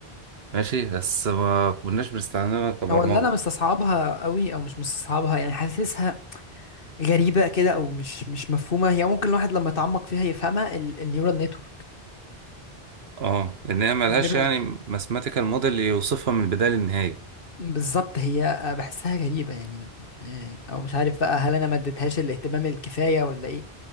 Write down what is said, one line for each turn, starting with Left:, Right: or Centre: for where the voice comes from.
Right: ماشي بس ما كناش بنستخدمها كبرمجه
Left: هو اللي انا مستصعبها قوي او مش مستصعبها يعني حاسسها غريبه كده او مش مش مفهومه هي ممكن الواحد لما يتعمق فيها يفهمها ال- النيورال نتورك
Right: اه ان هي ملهاش
Left: النيورال
Right: يعني ماثيماتيكال موديل يوصفها من البدايه للنهايه
Left: بالظبط هي آه، بحسها غريبه يعني آه، او مش عارف بقى هل انا ما اديتهاش الاهتمام الكفايه ولا ايه